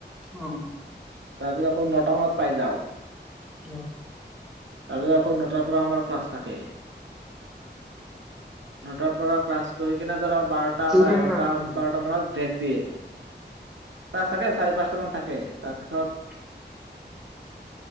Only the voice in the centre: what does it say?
অ',
অ।
কেইটা
ক্লাছ থাকে?
<unintelligible>